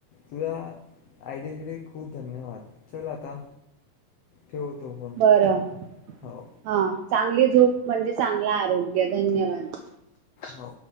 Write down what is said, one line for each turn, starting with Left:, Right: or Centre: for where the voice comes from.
Left: तुझ्या आयडियासाठी खूप धन्यवाद. चल आता ठेवतो पण
Right: बरं
Left: फोन.
Right: हा चांगली झोप म्हणजे चांगला आरोग्य. धन्यवाद.
Left: हो.